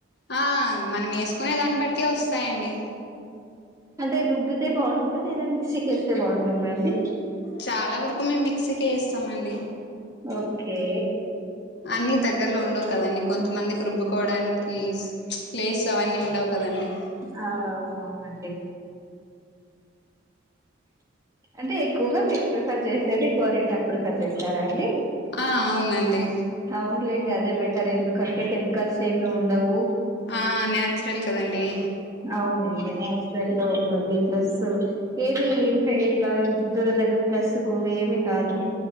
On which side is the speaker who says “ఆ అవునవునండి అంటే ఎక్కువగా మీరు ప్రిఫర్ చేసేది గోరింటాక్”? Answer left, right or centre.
Right